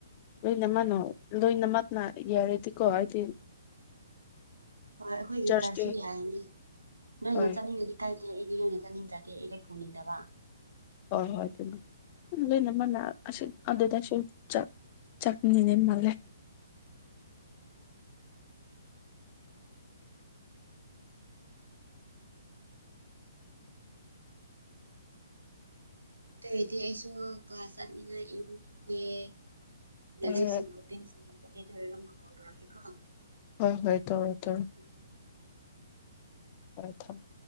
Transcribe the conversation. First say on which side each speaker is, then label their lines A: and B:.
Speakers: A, on the left (about 30°); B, on the right (about 80°).
A: ꯂꯣꯏꯅ ꯃꯛꯅꯣ ꯂꯣꯏꯅ ꯃꯛꯅ ꯌꯥꯔꯗꯤꯀꯣ ꯍꯥꯏꯗꯤ
B: ꯍꯣꯏ ꯑꯩꯈꯣꯏꯒꯤ
A: ꯆꯔꯁꯇꯤ
B: ꯆꯔꯁꯁꯨ ꯌꯥꯏꯅꯦ ꯅꯣꯏꯅ
A: ꯍꯣꯏ
B: ꯆꯠꯅꯤꯡꯉꯗꯤ ꯀꯥꯏ ꯑꯩꯗꯤ ꯅꯣꯏꯅ ꯆꯥꯅꯤꯡꯗꯔ꯭ꯗꯤ ꯑꯩꯗꯤ ꯄꯨꯅꯤꯡꯗꯕ꯫
A: ꯍꯣꯏ ꯍꯣꯏ ꯑꯗꯨꯅꯤ ꯂꯣꯏꯅ ꯃꯛꯅ ꯑꯁꯤ ꯑꯗꯨꯗꯁꯨ ꯆꯥꯛꯅꯤꯅꯦ ꯃꯥꯜꯂꯦ꯫ <inaudible>
B: ꯑꯗꯨ ꯑꯣꯏꯗꯤ ꯑꯩꯁꯨ ꯀ꯭ꯂꯥꯁ ꯆꯠꯅꯤꯡꯉꯥꯏ ꯏꯔꯨ ꯊꯣꯛꯀꯦ <unintelligible>
A: ꯍꯣꯏ
B: ꯏꯔꯨꯖ ꯂꯣꯏꯔꯒ ꯑꯃꯨꯛꯀꯥ ꯀꯣꯜ ꯇꯧꯔꯛꯀꯦꯀꯣ
A: ꯍꯣꯏ ꯍꯣꯏ ꯇꯧꯔꯛꯑꯣ ꯇꯧꯔꯛꯑꯣ
B: ꯊꯝꯃꯦ
A: ꯍꯣꯏ ꯊꯝꯃꯣ